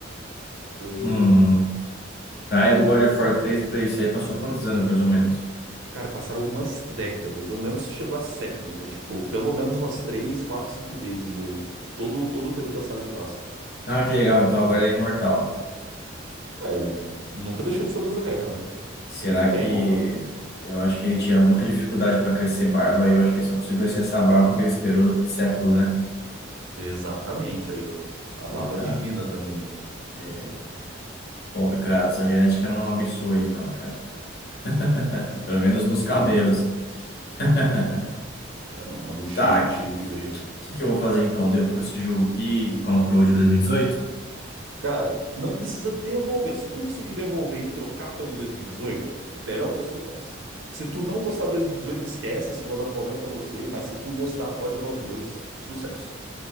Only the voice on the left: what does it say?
Hum. Aí do God of War 3 pra esse aí passou quantos anos, mais ou menos?
Ah, que legal. Então agora ele é imortal.
Será
que.
Eu acho que ele tinha muita dificuldade para crescer barba e eu acho que ele só conseguiu crescer essa barba porque ele esperou séculos, né?
Coitado.
É. Pobre Kratos, a genética não abençoa ele, não, cara. <laughs> Pelo menos nos
cabelos. <laughs>
Tá,
o
que, que, que eu vou fazer então? Eu devolvo esse jogo aqui e compro o de 2018?